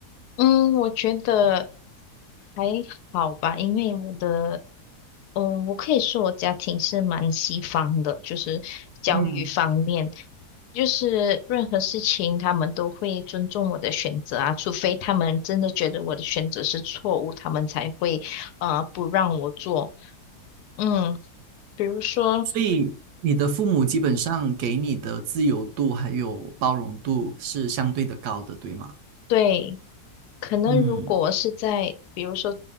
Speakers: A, on the left; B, on the right.
A: 嗯，我觉得还好吧，因为我的嗯，我可以说我家庭是蛮西方的，就是教育方面，
B: 嗯
A: 就是任何事情他们都会尊重我的选择啊，除非他们真的觉得我的选择是错误，他们才会呃不让我做。嗯，比如说，
B: 所以你的父母基本上给你的自由度还有包容度是相对的高的，对吗？
A: 对，可能如果我是在比如说
B: 嗯